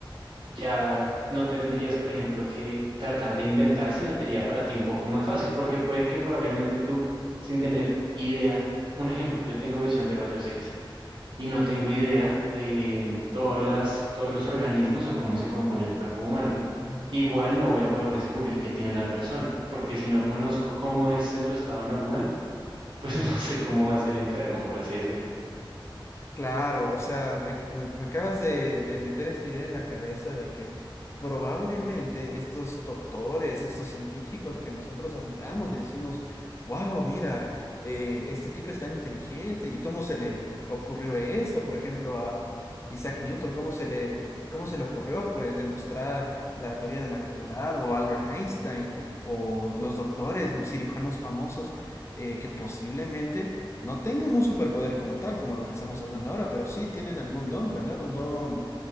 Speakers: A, on the right; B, on the left.
A: ya no tendrías, por ejemplo, que tratar de inventar, sino sería para ti un poco más fácil, porque puede que probablemente tú, sin tener idea, un ejemplo, yo tengo visión de rayos X y no tengo idea de mm, todas las, todos los organismos o cómo se compone el cuerpo humano.
B: Ujú.
A: Igual no voy a poder descubrir qué tiene la persona, porque si no conozco cómo es en su estado normal, pues <laughs> no sé cómo va a ser enfermo, por así decirlo.
B: Claro, o sea, me, me- me acabas de, de meter esta idea en la cabeza de que probablemente estos doctores, estos científicos que nosotros admiramos y decimos, wow, mira, eh, este tipo es tan inteligente y cómo se le ocurrió esto, por ejemplo, a Isaac Newton, cómo se le, cómo se le ocurrió, pues, demostrar la teoría de la gravedad o Albert Einstein o los doctores, cirujanos famosos, eh, que posiblemente no tengan un superpoder como tal, como lo que estamos hablando ahora, pero sí tienen algún don, ¿verdad? Un don